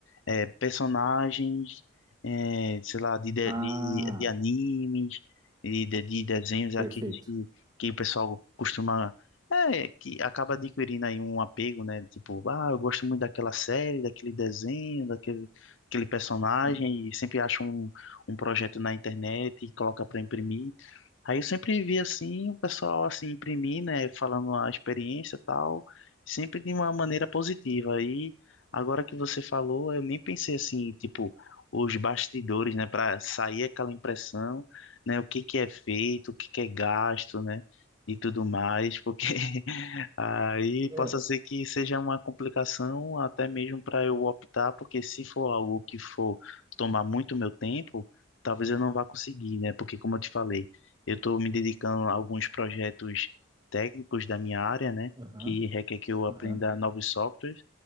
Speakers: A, on the left (about 65°); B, on the right (about 20°).
A: é, personagens, é, sei lá, de, de,
B: Ah,
A: de, de animes, e de, de desenhos,
B: perfeito.
A: é aqueles que, que o pessoal costuma. É, que acaba adquirindo aí um apego, né? Tipo, ah, eu gosto muito daquela série, daquele desenho, daquele, daquele personagem,
B: Aham.
A: e sempre acha um, um projeto na internet e coloca para imprimir. Aí eu sempre vi assim, o pessoal assim imprimir, né, falando a experiência e tal, sempre de uma maneira positiva. Aí Agora que você falou, eu nem pensei assim, tipo, os bastidores, né, para sair aquela impressão, né, o que que é feito, o que que é gasto, né, e tudo mais, porque <laughs> aí
B: É,
A: possa ser que seja uma complicação até mesmo para eu optar, porque se for algo que for tomar muito meu tempo, talvez eu não vá conseguir, né, porque como eu te falei, eu estou me dedicando a alguns projetos técnicos da minha área, né,
B: aham,
A: que requer que eu aprenda
B: aham.
A: novos softwares